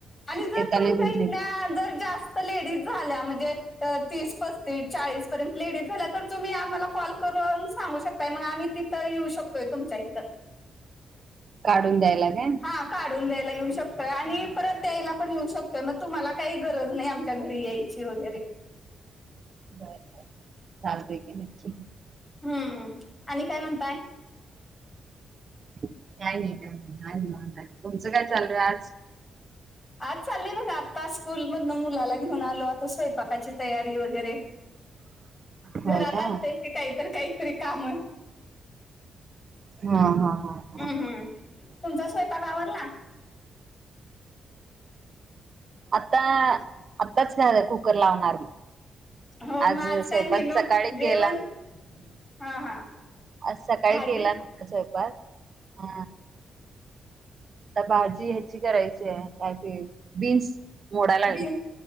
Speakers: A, on the left (about 30°); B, on the right (about 50°).
A: आणि जर
B: येताना
A: तुमच्या
B: घेऊन
A: इथल्या
B: येते.
A: जर जास्त लेडीज झाल्या म्हणजे तीस पस्तीस चाळीसपर्यंत लेडीज झाल्या तर तुम्ही आम्हाला कॉल करून सांगू शकताय मग आम्ही तिथं येऊ शकतोय तुमच्या इथं.
B: काढून द्यायला काय? बर
A: हा काढून द्यायला येऊ शकतोय आणि परत द्यायला पण येऊ शकतोय मग तुम्हाला काही गरज नाही आमच्या घरी याय ची वगैरे.
B: बर चालते की नक्की.
A: हम्म आणि काय म्हणताय.
B: काय नाही काय नाही हाय निवांत हाय तुमचं काय चालय आज.
A: आज चालय बघा आत्ता स्कूल मधन मुलाला घेऊन आलो आता स्वयंपाकाची तयारी वगैरे
B: होय
A: घरात
B: का
A: असतंय की काहीतर काहीतरी काम.
B: हा हा. हा हा.
A: हम्म हम्म, तुमचा स्वयंपाक आवरला.
B: आता आत्ताच कुकर लावणार मी.
A: हो मग
B: आज
A: काय
B: स्वयंपाक
A: मेनू
B: सकाळी
A: जेवण
B: केला.
A: हा हा
B: आज सकाळी
A: भाजी
B: केला नव्हता स्वयंपाक हा. आता भाजी ह्याची करायची आहे काय ते बीन्स मोडा लाग
A: बीन्स